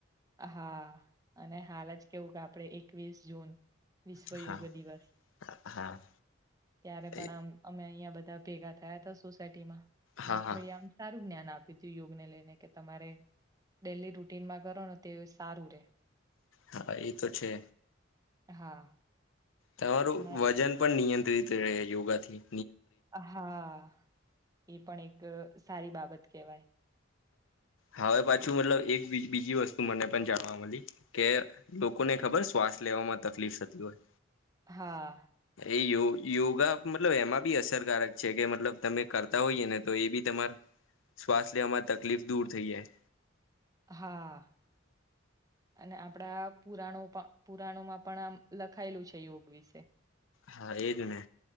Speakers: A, on the right (about 20°); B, on the left (about 80°).
A: હા, અને હાલ જ કેવું, કે આપણે એકવીસ જૂન વિશ્વ
B: હા
A: યોગ દિવસ,
B: હા.
A: ત્યારે પણ
B: એ
A: આમ અમે અં બધા ભેગા થયા, હતા સોસાયટીમાં અને
B: હા હા
A: ભાઈ આમ જ્ઞાન આપીું યોગને લઈને, કે તમારે ડેલી રૂટીનમાં કરો ને તે સારું રે
B: હા, એ તો છે.
A: હા.
B: તમારું
A: અને
B: વજન પણ નિયંત્રિત રહે, યોગા થી
A: હા, એ પણ એક સારી બાબત, કેહેવાય
B: હ હવે, પાછું મતલબ એક બીજી વસ્તુ તું મને પણ જાણવા મળી કે લોકોને, ખબર શ્વાસ લેવામાં તકલીફ થતી, હોય
A: હા.
B: એયો યોગા મતલબ એમાં બી અસરકારક છે, કે મતલબ તમે કરતા હોઈએ ને તો એ બી તમાર શ્વાસ લેવામાં, તકલીફ દૂર થઈ, જાય
A: હા. અને આપણા પુરાણો પુરાણોમાં પણ આમ લખાયેલું છે, યોગ વિશે
B: હા, એજને